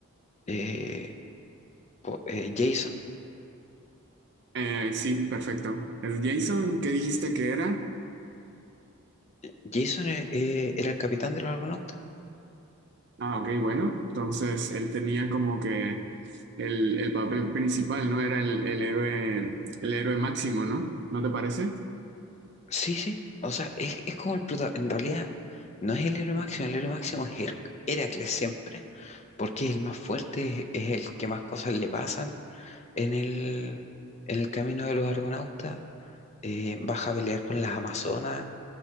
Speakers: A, on the left (about 30°); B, on the right (about 50°).
A: Eh, po- eh, Jason,
B: Eh, sí, perfecto. ¿Es Jason? ¿Qué dijiste que era?
A: Jason e- eh, era el capitán de los argonautas.
B: Ah, ok, bueno. Entonces él tenía como que el, el papel principal, ¿no? Era el, el héroe, el héroe máximo, ¿no? ¿No te parece?
A: Sí, sí, o sea, es, es como el prota- en realidad no es el héroe máximo, el héroe máximo es Her- Heracles siempre, porque es el más fuerte, es, es el que más cosas le pasan en el, en el camino de los argonautas eh, baja a pelear con las Amazonas,